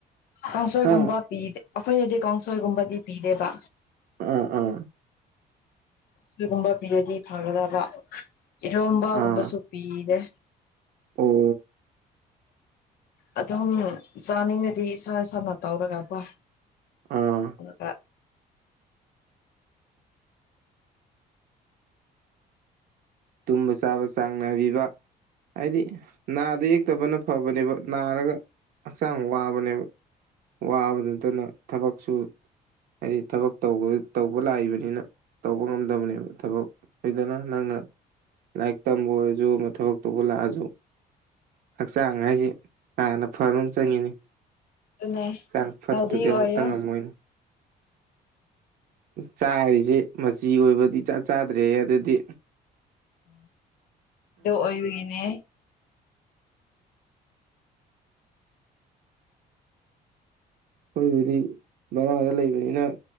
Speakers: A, on the left; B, on the right.
A: ꯀꯥꯡꯁꯣꯏꯒꯨꯝꯕ
B: ꯍꯥ
A: ꯄꯤꯗꯦ ꯑꯩꯈꯣꯏꯅꯗꯤ ꯀꯥꯡꯁꯣꯏꯒꯨꯝꯕꯗꯤ ꯄꯤꯗꯦꯕ
B: ꯑꯥ ꯑꯥ
A: ꯑꯗꯨꯒꯨꯝꯕ ꯄꯤꯔꯗꯤ ꯐꯪꯒꯗ꯭ꯔꯕ ꯔꯣꯝꯕꯒꯨꯝꯕ
B: ꯑꯥ
A: ꯁꯣꯄꯤꯤꯗ
B: ꯑꯣ
A: ꯑꯗꯨꯝ ꯆꯥꯅꯤꯡꯕꯗꯤ ꯏꯁꯥ ꯏꯁꯥꯅ ꯇꯧꯔꯒꯀꯣ
B: ꯑꯥ
A: ꯀ
B: ꯇꯨꯝꯕ ꯆꯥꯕ ꯆꯥꯡ ꯅꯥꯏꯕꯤꯕ ꯍꯥꯏꯗꯤ ꯅꯥꯗ ꯐꯠꯇꯕꯅ ꯐꯕꯅꯦꯕ ꯅꯥꯔꯒ ꯍꯛꯆꯥꯡ ꯋꯥꯕꯅꯦꯕ ꯋꯥꯕ ꯅꯠꯇꯅ ꯊꯕꯛꯁꯨ ꯍꯥꯏꯗꯤ ꯊꯕꯛ ꯇꯧꯕ ꯂꯥꯛꯏꯕꯅꯤꯅ ꯇꯧꯕ ꯉꯝꯗꯕꯅꯦꯕ ꯊꯕꯛ ꯐꯗꯅ ꯅꯪꯅ ꯂꯥꯏꯛ ꯇꯝꯕꯖꯨ ꯃꯊ ꯍ ꯇꯧꯕꯂꯥꯛꯖꯨ ꯍꯛꯆꯥꯡꯉꯁꯤ ꯍꯥꯟꯅ ꯐꯕ ꯑꯃ ꯆꯪꯉꯤꯅꯤ
A: ꯑꯗꯨꯅꯦ
B: ꯍꯛꯆꯥꯡ ꯐꯠꯇꯗꯤ
A: ꯍꯦꯜꯗꯤ
B: ꯑꯃꯠꯇ
A: ꯑꯣꯏꯌꯣ
B: ꯉꯝꯃꯣꯏꯅꯤ ꯆꯥꯔꯤꯁꯦ ꯃꯆꯤ ꯑꯣꯏꯕꯗꯤ ꯆꯥꯛ ꯆꯥꯗ꯭ꯔꯦ ꯑꯗꯨꯗꯤ
A: ꯎꯝ ꯑꯗꯨ ꯑꯣꯏꯔꯒꯤꯅꯦ
B: ꯑꯩꯈꯣꯏꯕꯨꯗꯤ ꯕꯣꯔꯥꯗ ꯂꯩꯕꯅꯤꯅ